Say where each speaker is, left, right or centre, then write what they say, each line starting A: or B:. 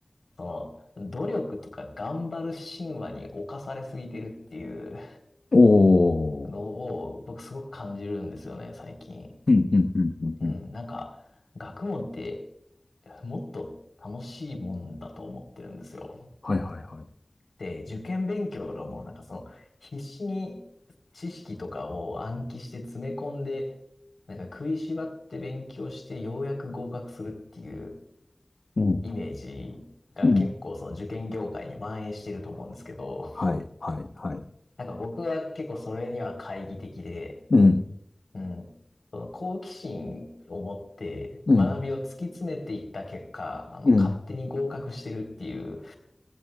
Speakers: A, on the left; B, on the left.
A: その、努力とか頑張る神話に侵されすぎてるっていう
B: <laughs> おー。
A: のを、僕すごく感じるんですよね、最近。
B: うん、うん、うん、うん。
A: うん、
B: うん
A: なんか、学問って、もっと楽しいもんだと思ってるんですよ。
B: はい、はい、はい。
A: で、受験勉強とかも、なんかその、必死に知識とかを暗記して詰め込んで、なんか食いしばって勉強して、ようやく合格するっていう
B: うん、
A: イメージが結構その受験業界に蔓延してると思うんですけど、
B: うん。はい、はい、はい。
A: なんか僕は結構それには懐疑的で、
B: うん、
A: うん。その好奇心を持って学びを突き詰めていった結果、
B: うん、
A: あの、
B: うん、
A: 勝手に合格してるっていう、